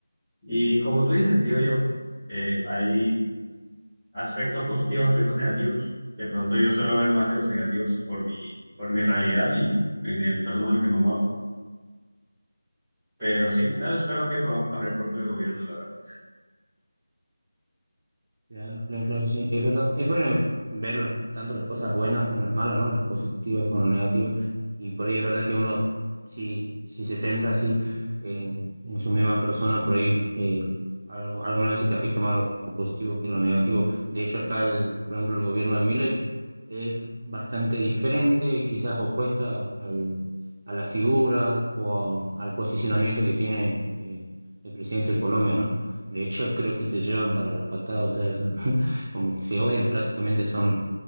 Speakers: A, in the centre; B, on the right (about 35°).
A: Y como tú dices, digo yo, eh, hay Aspectos positivos, aspectos negativos. De pronto yo suelo ver más de los negativos por mi, por mi realidad y en el entorno en el que me muevo. Pero sí, no, espero que podamos cambiar pronto de gobierno, la verdad.
B: Claro, claro, claro, sí, sí. es verdad. Es bueno ver las- tanto las cosas buenas como las malas, ¿no? Las positivas como las negativas. Y por ahí es verdad que uno, si, si se centra así en, en su misma persona, por ahí eh, algo- alguna vez se te afecta más lo positivo que lo negativo. De hecho, acá, el- por ejemplo, el gobierno de Milei es bastante diferente, quizás opuesta al- a la figura o a- al posicionamiento que tiene eh, el presidente de Colombia, ¿no? De hecho, creo que se llevan para la patada, o sea, son- <laughs> como que se odian prácticamente, son